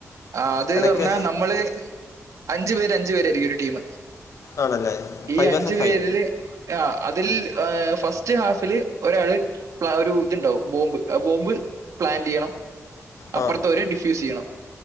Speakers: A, on the right (about 85°); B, on the left (about 70°).
A: ആഹ് അത്
B: ഇടയ്ക്ക്
A: പർഞ്ഞാ നമ്മള് അഞ്ച് പേര് അഞ്ച് പേരായിരിക്കും ഒരു ടീം
B: ആണല്ലേ
A: ഈ
B: ഫൈവ്
A: അഞ്ച്പേരില്
B: വേഴ്സസ് ഫൈവ്
A: ആ അതിൽ ഏ ഫസ്റ്റ് ഹാഫില് ഒരാള് ഒരു ഇതുണ്ടാവും ബോംബ് ആ ബോംബ് പ്ലാന്റ്യ്യണം
B: ആ
A: അപ്പർത്തോര് ഡിഫ്യൂസ് ചെയ്യണം